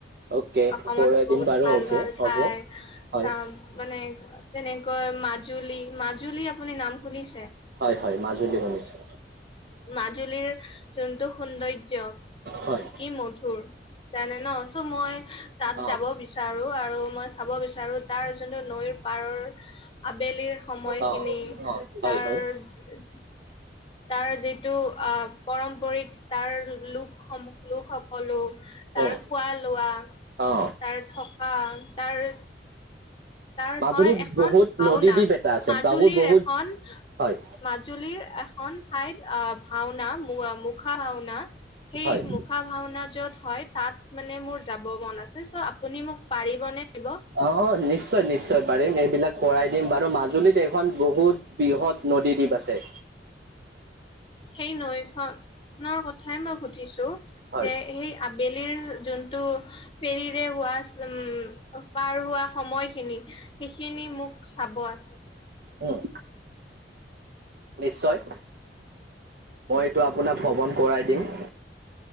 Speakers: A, on the right; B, on the left.
A: অ'কে
B: অসমত
A: কৰাই
B: বহুত
A: দিম বাৰু
B: ভাল
A: অ'কে
B: ভাল
A: হ'ব
B: ঠাই
A: হয়
B: কাম- মানে যেনেকৈ মাজুলী মাজুলী আপুনি নাম শুনিছে
A: হয় হয় মাজুলী শুনিছোঁ
B: মাজুলীৰ যোনটো সৌন্দৰ্য
A: হয়
B: কি মধুৰ জানে ন চ মই তাত
A: অ
B: যাব বিচ বিচাৰো আৰু মই চাব বিচাৰো তাৰ যোনটো নৈৰ পাৰৰ আবেলিৰ সময়খিনি
A: অ
B: তাৰ
A: অ হয় হয়
B: তাৰ যিটো আহ পাৰম্পৰিক তাৰ লোক সম লোক সকলো তাৰ
A: উম
B: খোৱা লোৱা
A: অ
B: তাৰ থকা তাৰ তাৰ
A: মাজুলীত
B: হয় এখন
A: বহুত
B: ভাওনা
A: নদী দ্বীপ এটা আছে
B: মাজুলীৰ
A: বহুত বহুত
B: এখন
A: হয়
B: মাজুলীৰ এখন ঠাইত আহ ভাওনা মুখা ভাওনা সেই
A: হয়
B: মুখা ভাওনা য'ত হয় তাত মানে মোৰ যাব মন আছে চ' আপুনি মোক পাৰিব নে নিব
A: অ' নিশ্চয় নিশ্চয় পাৰিম এইবিলাক কৰাই দিম বাৰু মাজুলীত এখন বহুত বৃহৎ নদী দ্বীপ আছে।
B: সেই নৈখনৰ কথাই মই সুধিছো
A: হয়।
B: যে সেই আবেলিৰ যোনটো ফেৰীৰে হোৱা উম পাৰ হোৱা সময়খিনি সেইখিনি মোক চাব আছে।
A: উম। নিশ্চয় মই এইটো আপোনাক ভ্ৰমন কৰাই দিম।